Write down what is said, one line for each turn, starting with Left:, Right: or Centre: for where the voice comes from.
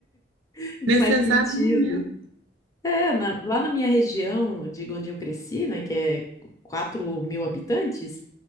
Left: <laughs>
Right: nesse
Left: Faz
Right: exato
Left: sentido.
Right: momento.
Left: É, na- lá na minha região, de onde eu cresci, né, que é 4 mil habitantes,